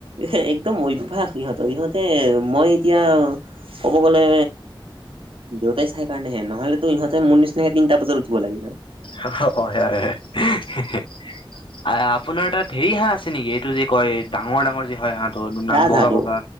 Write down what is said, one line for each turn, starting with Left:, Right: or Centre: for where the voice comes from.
Right: এহ একদম অভ্যাস ইহঁতৰ ইহঁতে মই এতিয়া ক'ব গ'লে দেউতাই চাই কাৰণেহে। নহ'লেটো ইহঁতে মোৰ নিচিনাকে তিনটা বজাত উঠিব লাগিলে
Left: হা হা অ সেয়াহে। হেঁহ হেঁহ আঁ আপোনাৰ তাত ধেৰি হাঁহ আছে নেকি? টো যি কয়? ডাঙৰ ডাঙৰ যে হ'য় হাঁহটো নাম
Right: ৰাজ
Left: বগা
Right: হালো
Left: বগা